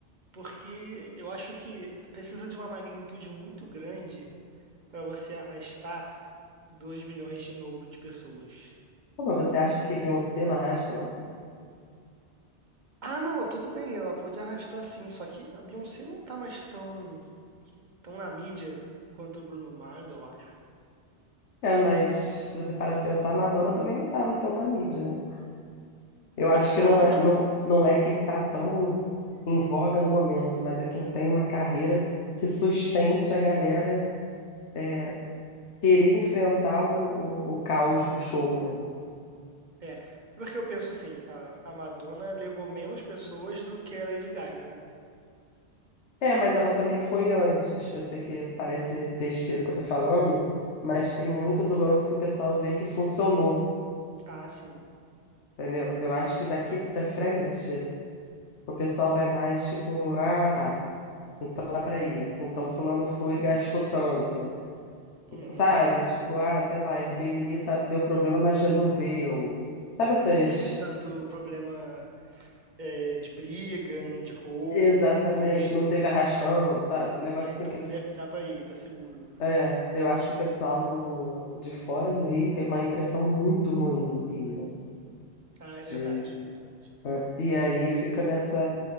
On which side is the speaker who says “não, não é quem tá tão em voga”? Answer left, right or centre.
Left